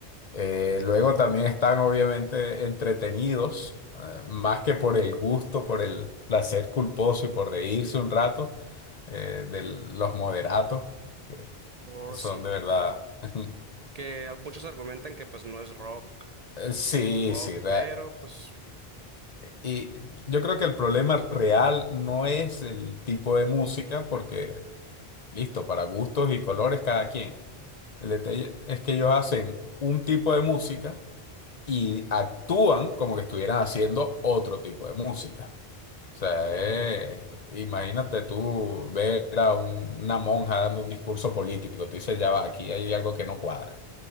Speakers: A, on the left; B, on the right.
A: Eh, luego también están obviamente entretenidos, eh, más que por el gusto, por el placer culposo y por reírse un rato, eh, de los moderatos, que
B: Oh,
A: son
B: sí,
A: de verdad. <laughs>
B: que muchos argumentan que pues no es rock,
A: Eh, Sí,
B: que es pop,
A: sí. rea-
B: pero pues
A: Y yo creo que el problema real no es el tipo de música, porque listo, para gustos y colores cada quien. El detalle es que ellos hacen un tipo de música y actúan como que estuvieran haciendo otro tipo de música. O sea,
B: ujú,
A: eh, imagínate tú ver a un- una monja dando un discurso político, tú dices, ya va, aquí hay algo que no cuadra.